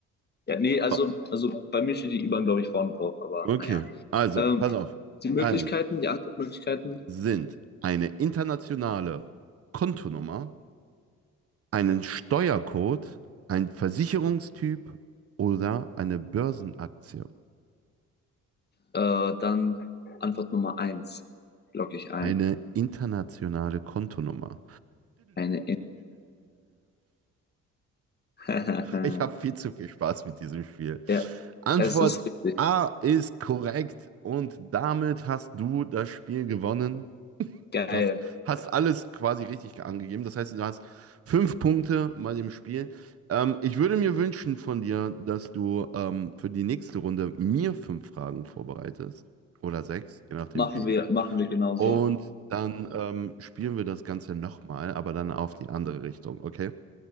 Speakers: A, on the left (about 35°); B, on the right (about 50°).
A: Ja, nee, also,
B: O-
A: also bei mir steht die IBAN, glaube ich, vorne drauf, aber
B: Okay,
A: naja.
B: also,
A: Ähm,
B: pass auf.
A: die Möglichkeiten,
B: Also
A: die Antwortmöglichkeiten.
B: sind eine internationale Kontonummer, einen Steuercode, ein Versicherungstyp oder eine Börsenaktie.
A: Äh, dann Antwort Nummer eins logge ich ein.
B: Eine internationale Kontonummer.
A: Eine In <laughs>
B: Ich habe viel zu viel Spaß mit diesem Spiel.
A: Ja,
B: Antwort
A: es ist richtig.
B: A ist korrekt und damit hast du das Spiel gewonnen.
A: Geil.
B: Du hast, hast alles quasi richtig angegeben. Das heißt, du hast fünf Punkte bei dem Spiel. Ähm, ich würde mir wünschen von dir, dass du ähm, für die nächste Runde mir fünf Fragen vorbereitest oder sechs, je nachdem
A: Machen
B: wie.
A: wir, machen wir genau
B: Und
A: so.
B: dann ähm, spielen wir das Ganze nochmal, aber dann auf die andere Richtung, okay?